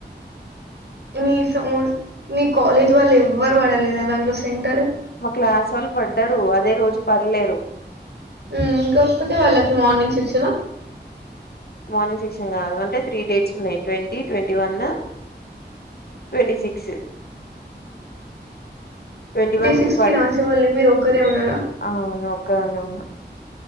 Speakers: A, on the right (about 70°); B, on the left (about 60°).
A: మీ సొండ్ మీ కాలేజ్ వాళ్ళు ఎవ్వరు పడలేదా దాంట్లో సెంటర్
B: మా క్లాస్ వాళ్ళు పడ్డరు అదే రోజు పర్లేరు
A: ఇం కాకపోతే వాళ్ళకి మార్నింగ్ శిక్షణ
B: మార్నింగ్ సెక్షన్ కాదు అంటే త్రీ డేట్స్ ఉన్నాయి. Twenty, twenty one. Twenty six twenty one
A: సిక్స్
B: కి పడ్
A: రాసే వాళ్ళు మీరు ఒక్కరే ఉన్నారా
B: అవును ఒక్కదాన్నే ఉన్నా